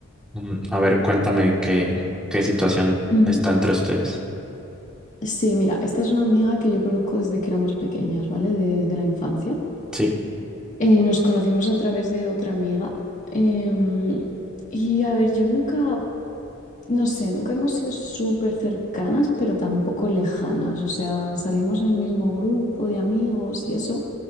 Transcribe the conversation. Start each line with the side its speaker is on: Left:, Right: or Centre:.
Centre: Mm, A ver, cuéntame qué, qué situación
Left: Ujú.
Centre: está entre ustedes.
Left: Sí, mira, esta es una amiga que yo conozco desde que éramos pequeñas, ¿vale? De, de la infancia.
Centre: Sí,
Left: Eh, nos conocimos a través de otra amiga. Em, y a ver, yo nunca... No sé, nunca hemos sido súper cercanas, pero tampoco lejanas. O sea, salimos en el mismo grupo de amigos y eso,